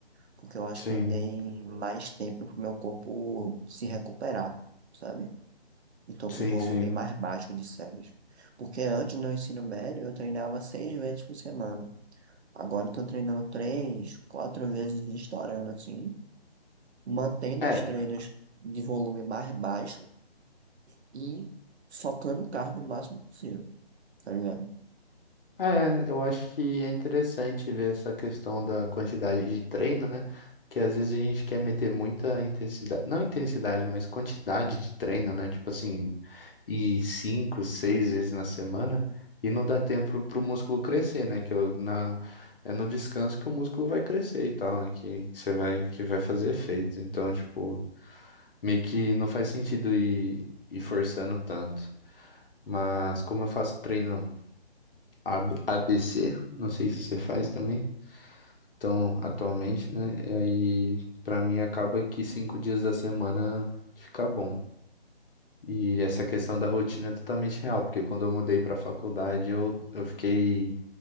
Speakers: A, on the right (about 80°); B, on the left (about 60°).
A: porque eu acho
B: sim,
A: que eu dei mais tempo pro meu corpo se recuperar, sabe? E tô
B: sim,
A: com um volume
B: sim.
A: mais baixo de séries. Porque antes do ensino médio eu treinava seis vezes por semana. Agora eu tô treinando três, quatro vezes estourando, assim, mantendo
B: É,
A: os treinos de volume mais baixo e socando o carro o máximo possível, tá ligado?
B: É, eu acho que é interessante ver essa questão da quantidade de treino, né? Porque às vezes a gente quer meter muita intensidade, não intensidade, mas quantidade de treino, né? Tipo assim, e cinco, seis vezes na semana, e não dá tempo pro músculo crescer, né? Que eu- na, é no descanso que o músculo vai crescer e tal, né? Que, que você vai, que vai fazer efeito. Então, tipo, meio que não faz sentido ir, ir forçando tanto. Mas como eu faço treino. A- ABC, não sei se você faz também. Então, atualmente, né? E aí, pra mim, acaba que cinco dias da semana fica bom. E essa questão da rotina é totalmente real, porque quando eu mudei pra faculdade, eu, eu fiquei